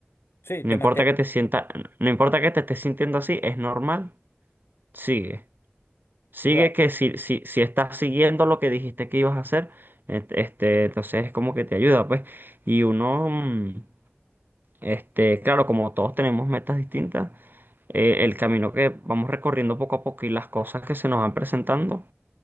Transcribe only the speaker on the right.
No
importa
que te sienta, no importa que te estés sintiendo así, es normal, sigue. Sigue
que si, si, si estás siguiendo lo que dijiste que ibas a hacer, ent- este, entonces es como que te ayuda, pues. Y uno, mm, este, claro, como todos tenemos metas distintas, eh, el camino que vamos recorriendo poco a poco y las cosas que se nos van presentando